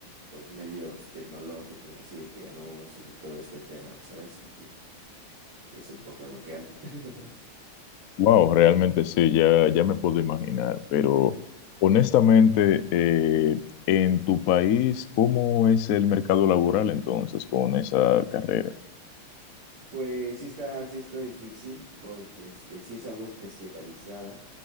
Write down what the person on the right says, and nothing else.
pues medios tecnológicos, así de que anuncios y todo este tema, ¿sabes? Ujú. Sí, es un poco en lo que ando. <laughs>
Sí, sí,
sí.
Pues sí está, sí está difícil porque este sí es algo especializada